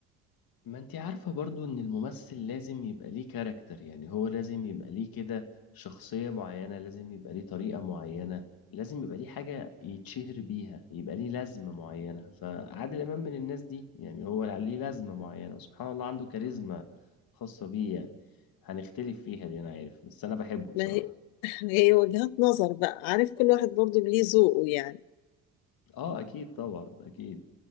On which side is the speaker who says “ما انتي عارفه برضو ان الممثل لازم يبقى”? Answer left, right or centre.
Left